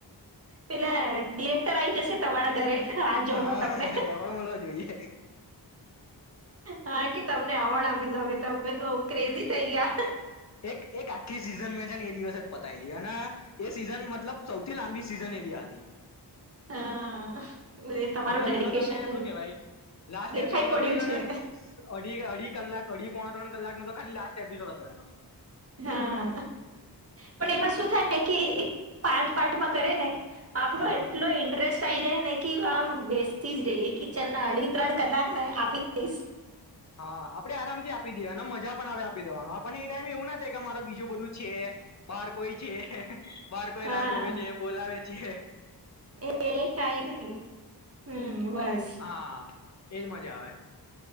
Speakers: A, on the right; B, on the left.
A: પેલા ડિરેક્ટર આવી જશે તમારા ઘરે હાથ
B: હા
A: જોડવા તમને
B: એ મળવા જોઈએ
A: હા કે તમને અવોર્ડ તમે તો ક્રેઝી થઈ ગયા.
B: એક એક આખી સિઝન મેં છે ને એ દિવસ જ પતાયે લી અને એ સિઝન મતલબ સૌથી લાંબી સિઝન એવી હતી.
A: હા એ તમારું
B: મતલબ
A: ડેડિકેશન
B: એનો તમે શું કેવાય લાસ્ટ
A: દેખાઈ
B: એપિસોડ
A: પડ્યું
B: જોઈ લો
A: છે
B: ને અઢી અઢી કલાક અઢી પોણા ત્રણ કલાકનો તો ખાલી લાસ્ટ એપિસોડ હતો એનો
A: હા પણ એમાં શું થાય કે પાઠ પાઠમાં કરે ને આપડો
B: હા
A: એટલો ઇન્ટરેસ્ટ થઈ જાય નનેકી આમ બે સીઝ ર એ કિચન ના અઢી ત્રણ કલાક આપીશ
B: હા આપડે આરામ થી આપી દઈએ અને મજા પણ આવે આપી દેવાનો આપને એ ટાઈમે એવું ના થાય કે મારો બીજું બધું છે બહાર કોઈ છે. બાર કોઈ
A: હા
B: રાહ જોવે છે બોલાવે જી
A: એ કઈ નહી હમ બસ
B: હા એજ મજા આવે